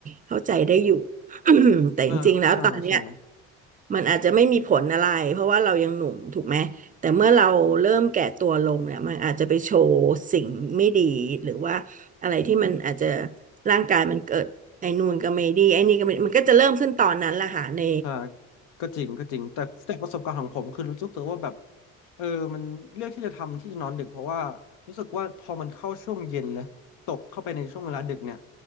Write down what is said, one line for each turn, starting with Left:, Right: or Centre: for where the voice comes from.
Right: เข้าใจได้อยู่ <clears throat> <coughs> แต่จริงๆแล้วตอนเนี้ย
Left: อ่าใช่ใช่
Right: มันอาจจะไม่มีผลอะไรเพราะว่าเรายังหนุ่มถูกไหม แต่เมื่อเราเริ่มแก่ตัวลงเนี่ยมันอาจจะไปโชว์สิ่งไม่ดีหรือว่าอะไรที่มันอาจจะร่างกายมันเกิดไอ้นู่นก็ไม่ดีไอ้นี่ก็ไม่มันก็จะเริ่มขึ้นตอนนั้นแหละค่ะใน
Left: อ่าก็จริงก็จริงแต่จากประสบการณ์ของผมก็คือรู้สึกว่าแบบเออมันเลือกที่จะทำที่จะนอนดึกเพราะว่ารู้สึกว่าพอมันเข้าช่วงเย็นแล้วตกเข้าไปในช่วงเวลาดึกเนี่ย